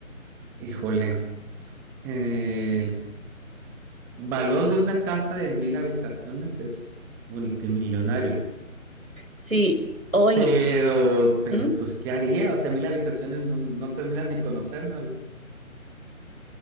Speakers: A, in the centre; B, on the right (about 75°).
A: Híjole, el valor de una casa de mil habitaciones es multimillonario.
B: Sí, hoy.
A: Pero, pero,
B: ¿Mm?
A: pues, ¿qué haría? O sea, mil habitaciones no, no terminas ni conociéndolas.